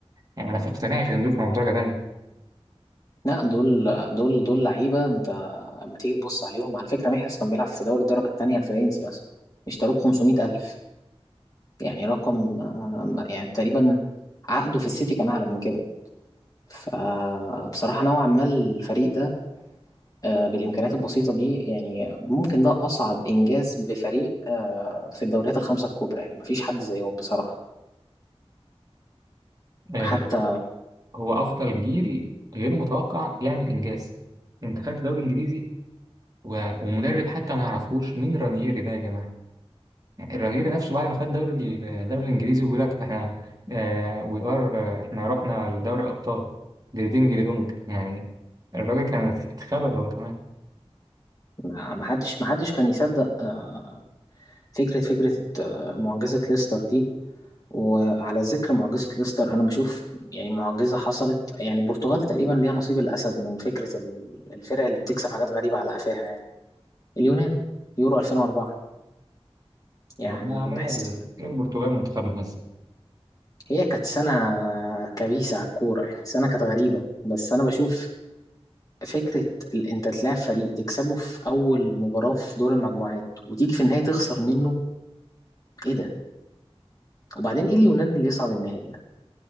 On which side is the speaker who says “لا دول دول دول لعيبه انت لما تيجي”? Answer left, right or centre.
Left